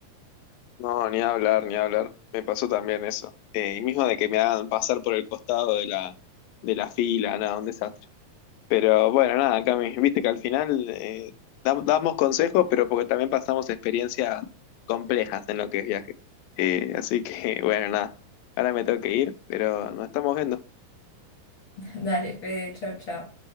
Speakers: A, on the left; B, on the left.
A: No, ni hablar, ni hablar. Me pasó también eso. Eh, y mismo de que me hagan pasar por el costado de la, de la fila, nada, un desastre. Pero bueno, nada, Cami, viste que al final eh, dam- damos consejos, pero porque también pasamos experiencias complejas en lo que es viaje. Eh, así que <laughs> bueno, nada, ahora me tengo que ir, pero nos estamos viendo.
B: <laughs> Dale, Fede, chau, chau.